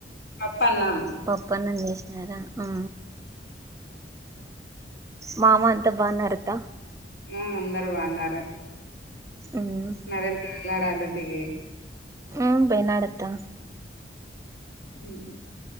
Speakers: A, on the left; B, on the right.
A: పప్పన్నం
B: పప్పన్నం జేసినారా ఆ మామ అంత బాగున్నార అత్త
A: ఆ అందరు బాగున్నారు.
B: ఉమ్
A: నరేంద్ర వెళ్ళాడా డ్యూటికి
B: ఉమ్ పోయినాడత్తా
A: ఉమ్